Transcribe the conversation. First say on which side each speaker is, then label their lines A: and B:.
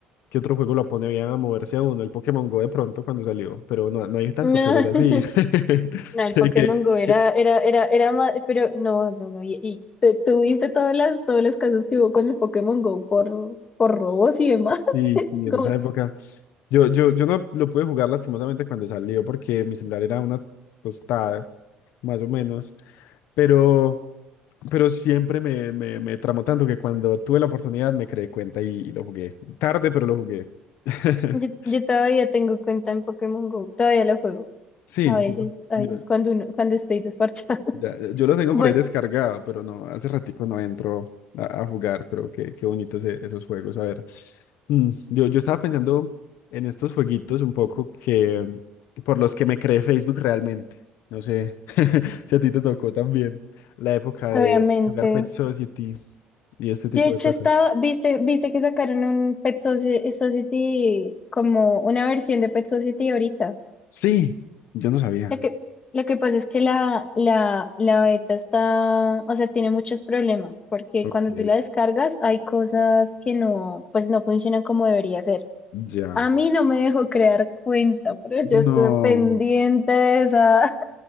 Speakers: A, on the left (about 70°); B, on the left (about 30°).
A: ¿qué otro juego la pone bien a moverse a uno? El Pokémon Go de pronto cuando salió, pero no, no hay tantos
B: <laughs>
A: juegos así. <laughs>
B: No, el
A: Que,
B: Pokémon
A: que-
B: Go era,
A: que-
B: era, era, era más, pero no, no, no, y, y tu- tuviste todas las, todas las casas que hubo con el Pokémon Go por, por robos y demás.
A: sí,
B: <laughs>
A: sí, en
B: Como-
A: esa época. Yo, yo, yo no lo pude jugar lastimosamente cuando salió porque mi celular era una tostada, más o menos, pero, pero siempre me, me, me tramó tanto que cuando tuve la oportunidad me creé cuenta y, y lo jugué. Tarde, pero lo jugué. <laughs>
B: yo, yo todavía tengo cuenta en Pokémon Go, todavía lo juego.
A: Sí,
B: A veces,
A: no,
B: a
A: yo,
B: veces cuando uno, cuando estoy desparchada. <laughs>
A: Ya, ya, yo lo tengo
B: Bueno,
A: por ahí descargado, pero no, hace ratico no entro a, a jugar, pero qué, qué bonitos e- esos juegos. A ver, mm, yo, yo estaba pensando en estos jueguitos un poco que por los que me creé Facebook realmente. No sé <laughs> si a ti te tocó también la época
B: obviamente.
A: de jugar Pet Society y este tipo
B: De hecho,
A: de cosas.
B: estaba, viste, viste que sacaron un Pet Soci- Society, como una versión de Pet Society ahorita.
A: Sí, yo no sabía.
B: Lo que, lo que pasa es que la, la, la beta está, o sea, tiene muchos problemas, porque
A: Ok,
B: cuando tú la descargas hay cosas que no, pues no funcionan como debería ser.
A: ya.
B: A mí no me dejó crear cuenta, pero yo estuve
A: No,
B: pendiente de esa,